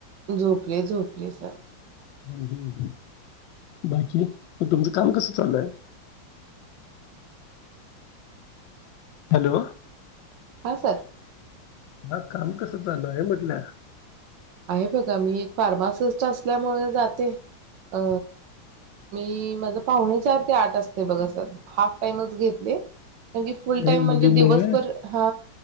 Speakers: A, on the right; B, on the left.
A: झोपले झोपले सर
B: हूं हूं बाकी म तुमचं काम कसं चालु हाय? हॅलो
A: हा सर
B: हा काम कसं चालु आहे म्हटलं?
A: आहे बघा मी एक फार्मासिस्ट असल्यामुळे जाते. अ मी माझ पाहुणे चार ते आठ असते बघा सर हाफ टाइमच घेतले. म्हणजे फुल
B: नाही
A: टाइम म्हणजे
B: मुलीमुळे
A: दिवसभर हा